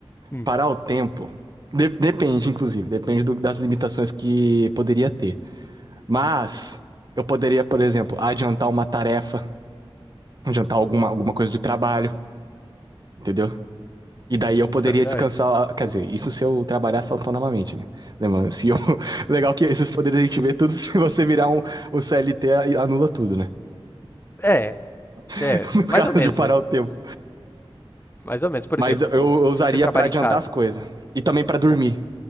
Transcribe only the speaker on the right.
Parar o tempo de- depende, inclusive, depende do- das limitações que poderia ter. Mas eu poderia, por exemplo, adiantar uma tarefa, adiantar alguma, alguma coisa de trabalho, entendeu? E daí eu poderia
descansar, quer dizer, isso se eu trabalhasse autonomamente, né? Lembrando, se eu... <laughs> Legal que esses poderes a gente vê tudo, <laughs> se você virar um, um CLT, anula tudo, né?
<laughs>
No
caso
de parar
o tempo.
Mas
eu, eu
usaria
pra adiantar
as coisas. E também pra dormir.